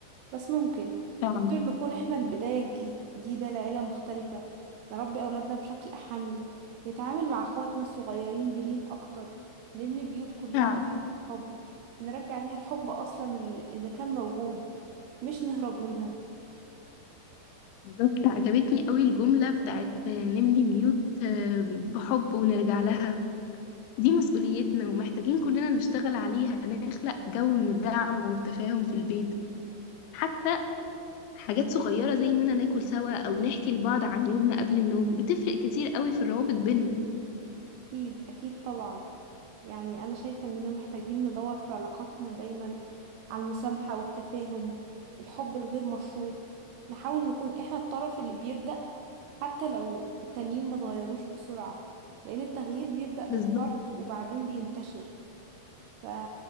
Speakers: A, on the right; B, on the left.
A: بس ممكن
B: فعلا
A: نقدر نكون احنا البداية الجديدة لعيلة مختلفة نربي أولادنا بشكل أحن نتعامل مع أخواتنا الصغيرين بلين أكتر نبني بيوت كلها
B: فعلا
A: حب نرجع ليها الحب أصلا اللي اللي كان موجود مش نهرب منها
B: بالظبط عجبتني قوي الجملة بتاعت آه، نبني بيوت آه، بحب ونرجع لها دي مسؤوليتنا ومحتاجين كلنا نشتغل عليها نخلق جو من الدعم والتفاهم في البيت حتى حاجات صغيرة زي إننا ناكل سوا أو نحكي لبعض عن يومنا قبل النوم بتفرق كتير قوي في الروابط بيننا
A: أكيد أكيد طبعا يعني أنا شايفة إننا محتاجين ندور في علاقاتنا دايما على المسامحة والتفاهم الحب الغير مشروط نحاول نكون إحنا الطرف اللي بيبدأ حتى لو التانيين ما اتغيروش بسرعة لأن التغيير بيبدأ من
B: بالظبط
A: فرد وبعدين بينتشر ف